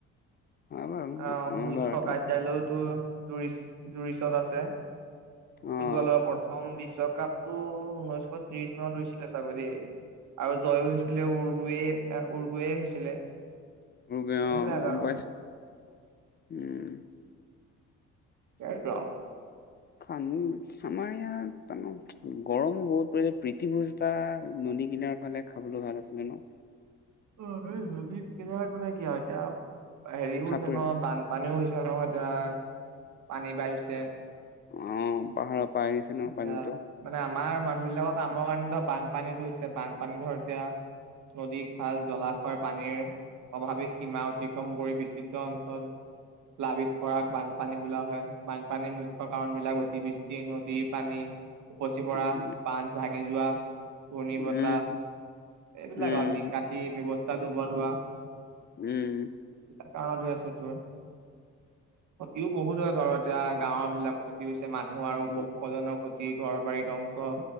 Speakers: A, on the left; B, on the right.
A: হয় বাৰু
B: অ মুখ্য
A: বাৰুতো
B: কাৰ্যালয়ো তোৰ- টুৰিষ্ট- জুৰিছত আছে।
A: অ',
B: ফুটবলৰ প্ৰথম বিশ্বকাপ টো উনৈশ ত্ৰিশ ইছিলে চাগে দেই আৰু জয়ো হৈছিলে উৰ্গয়ে উৰ্গয়ে হৈছিলে।
A: অ গম
B: এইবিলাক আৰু
A: পাইছো উম।
B: সেইটোয়ে আও।
A: খ আমাৰ ইয়াত গৰমো বহুত পৰিছে, প্ৰীতিভোজ এটা- নদী কিনাৰ ফালে খাবলৈ ভাল আছিলে ন।
B: অ নদীত কে তানে কি হয়, এতিয়া হেৰিও হৈছে
A: সাঁতুৰি
B: নহয় বানপানীও হৈছে। প নহয় এতিয়া, <unintelligible> পানী বাঢ়িছে।
A: অ', পাহাৰৰ পৰা আহিছে ন
B: এতিয়া
A: পানীটো।
B: মানে আমাৰ মানুহ বিলাকক কামৰ কাৰণে ধৰ বানপানীতো হৈছে, বানপানী ধৰ এতিয়া নদী ভাল জলাশয় পানীৰ অভাৱী সীমা অতিক্ৰম কৰি বিস্তৃত অঞ্চল লাবিত খৰাক বানপানী বোলা হয়। বানপানীৰ মুখ্য কাৰণবিলাক অতিবৃষ্টি নদী পানী, উপচি পৰা,
A: উম,
B: বান্ধ ভাঙি যোৱা, ঘূৰ্ণী বতাহ
A: উম,
B: এইবিলাক
A: উম,
B: আৰু নিক- ব্যৱস্থাটো বৰুৱাা <unintelligible>
A: উম।
B: কাৰণত হৈ আছে তোৰ, ক্ষতিও বহুত হয় বাৰু এতিয়া গাঁও বিলাক ক্ষতি মানুহ আৰু
A: উম,
B: পশুসালনৰ ক্ষতি, ঘৰ বাৰীত অংশ,